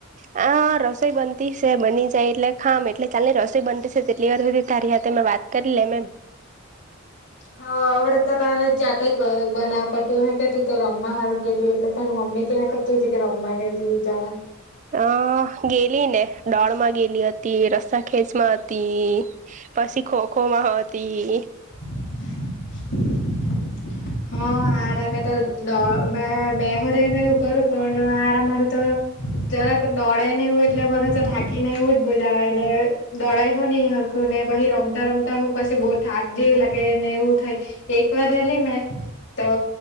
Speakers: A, on the right; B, on the left.
A: હા રસોઈ બનતી સે બની જાય એટલે ખામ એટલે ચાલ ને રસોઈ બનતી છે, તેટલી વાર હુધી તારી હાથે મેં વાત કરી લેમ એમ
B: હા અમડે તો તારે જાતે જ બ બનાવવા પડતું અહે કે તું તો રમવા હારું ગેલી એટલે તારી મમ્મી મમ્મી કિયા કરતી હતી કે રમવા ગેલી જાણે
A: અ ગેલી ને. દોડ માં ગેલી હતી, રસ્તા ખેંચ માં હતી પસી ખોખો માં હતી.
B: <inaudible> હા આ મે તો દોડ મે મે મેહરે કરું કે હારા મારે તો જરાક જ દોડે ને એવું એટલે મને તો થાકી ને એવું જ બો જાય ને દોડાય હો ની હરખું ને પછી રમતા રમતા રમતા પસી બો થાક જેવી લાગેને એવું થાય. એક વાર ગેયલી ને તો